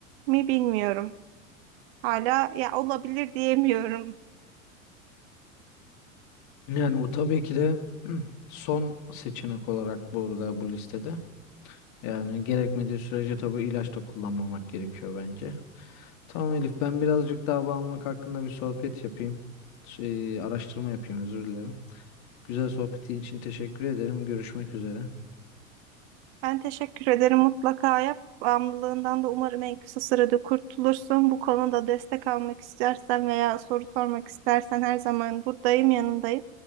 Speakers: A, on the right (about 45°); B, on the left (about 40°).
A: mi bilmiyorum. Hala ya olabilir diyemiyorum.
B: Yani bu tabii ki de <clears throat> son seçenek olarak burada bu listede. Yani gerekmediği sürece tabii ilaç da kullanmamak gerekiyor bence. Tamam Elif ben birazcık daha bağımlılık hakkında bir sohbet yapayım. Şey, araştırma yapayım özür dilerim. Güzel sohbetin için teşekkür ederim. Görüşmek üzere.
A: Ben teşekkür ederim. Mutlaka yap. Bağımlılığından da umarım en kısa sürede kurtulursun. Bu konuda destek almak istersen veya soru sormak istersen her zaman buradayım, yanındayım.